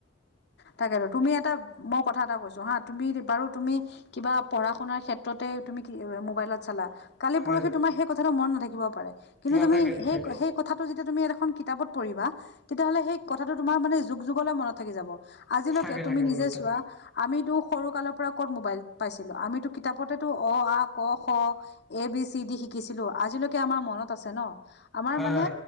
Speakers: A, on the left; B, in the centre.
A: তাকেতো, তুমি এটা- মই কথা এটা কৈছোঁ হা। তুমি বাৰু, তুমি কিবা পঢ়া-শুনাৰ ক্ষেত্ৰত তে তুমি মোবাইলত চালা কালি
B: হয়
A: পৰহি তোমাৰ সেই কথাটো মন নাথাকিবও পাৰে। কিন্তু
B: নাথাকে
A: তুমি
B: নাথাকে
A: সেই- সেই কথাটো যেতিয়া তুমি এখন কিতাপত পঢ়িবা, তেতিয়াহ'লে সেই কথাটো তোমাৰ মানে যুগ যুগলে মনত থাকি যাব। আজিলৈকে
B: থাকে
A: তুমি
B: থাকে মনত
A: নিজে
B: থাকে
A: চোৱা, আমিতো সৰু কালৰ পৰা ক'ত মোবাইল পাইছিলোঁ? আমিতো কিতাপতেতো অ, আ, ক, খ, এ, বি, চি, ডি শিক্ কিছিলোঁ। আজিলৈকে আমাৰ মনত আছে ন'? আমাৰ
B: হয়
A: মানে